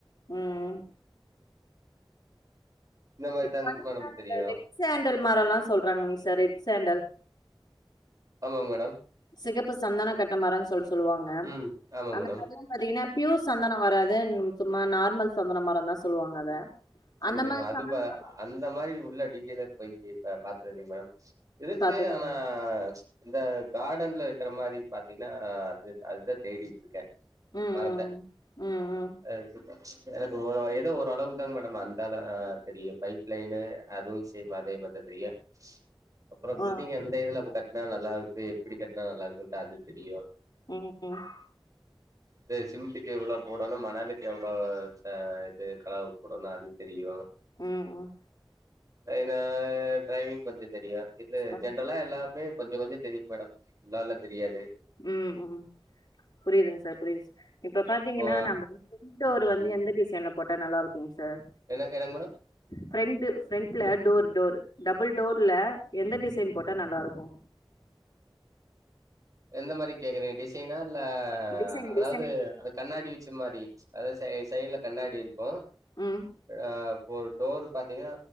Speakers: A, on the left; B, on the right.
A: ம் ம்
B: இந்த மாரிதாங்
A: ப்ப
B: மேடம் தெரியு
A: ரெட் சேண்டல் மரம் எல்லாம் சொல்றாங்க நீ சார் ரெட் சேண்டல்
B: ஆமாங்க மேடம்
A: சிகப்பு சந்தன கட்டமரன்னு சொல் சொல்லுவாங்க
B: ம் ஆமாங்
A: அந்த
B: மேடம்
A: மாதிரலாம் பாத்தீங்கன்னா பியூர் சந்தனம் வராது அத சும்மா நார்மல் சந்தன மரம் தான் சொல்லுவாங்க அத
B: சரிங்கம்
A: அந்த மாரி
B: அதுப்ப
A: சந்தனம்
B: அந்த மாரி உள்ள டீட்டல போய் பாத்ததில்லைங்க மேடம் இருக்கு
A: பாத்தது
B: ஆனா இந்த கார்டன்ல வைக்கிற மாதிரி பாத்தீங்கன்னா அது அதுதான் தேடி இருக்கே
A: ம்
B: மரத்தை
A: ம் ம் ம்
B: அ எனக்கு ஒரு ஏதோ ஓரளவுக்கு தா மேடம் அந்தால தெரியும் பைப் லைனு அதுவும் சேம் அதே மாதிரிதான் தெரியும் அப்புற பில்டிங்
A: ஆ
B: எந்த இதுல கட் கட்டனா நல்லா இருக்கு எப்பிடி கட்டனா நல்லா இருக்குன்ட்டு அது தெரியு
A: ம் ம்
B: இது சிமன்டுக்கு எவ்வளவு போடணும் மணலுக்கு எவ்வளவு ந்த இது கலவ போடணும் அது தெரியும்
A: ம்
B: ஆனா டிரைவிங் கொஞ்சம் தெரியும் இது
A: அ
B: ஜென்ரலா எல்லாமே கொஞ்சம் கொஞ்சம் தெரியு மேடம் நல்லால்லாம் தெரியாது
A: ம் ம் புரியுதுங்க சார் புரியுது சார் இப்ப பாத்தீங்கன்னா
B: இப்போ
A: நம்மோர் வந்து
B: ம்
A: எந்த டிசைன்ல போட்டா நல்லா இருக்குங்சார்
B: என்ன என்னங் மேடம்
A: ஃப்ரெண்ட்டு ஃப்ரெண்ட்ல டோர் டோர் டபுள் டோர்ல எந்த டிசைன் போட்டா நல்லா இருக்கு
B: எந்த மாரி கேக்குறிங்க டிசைனா இல்ல
A: டிசைன்
B: அதாவ்து
A: டிசைன்
B: அந்த கண்ணாடி சிம் மாரி அதாது சைட்ல கண்ணாடி இருக்கு
A: ம்
B: அ ஒரு டோர் பாத்தீங்கனா